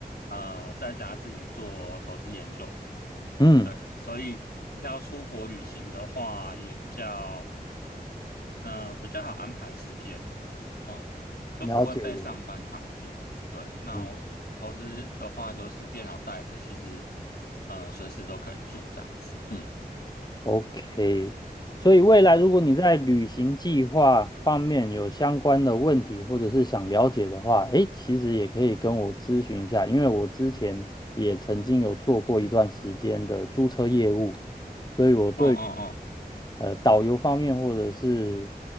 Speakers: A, on the left (about 75°); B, on the left (about 25°).
A: 呃在家自己做投资研究，
B: 嗯，
A: 对，所以要出国旅行的话也比较嗯呃比较好安排时间，嗯，就不会被上班绑住，
B: 了解了解，
A: 对，那我投资的话就是电脑带着，
B: 嗯。
A: 其实嗯、呃随时都可以做这样子，嗯
B: OK，所以未来如果你在旅行计划方面有相关的问题，或者是想了解的话，诶，其实也可以跟我咨询一下，因为我之前也曾经有做过一段时间的租车业务，所以我对
A: 嗯嗯嗯。
B: 呃导游方面或者是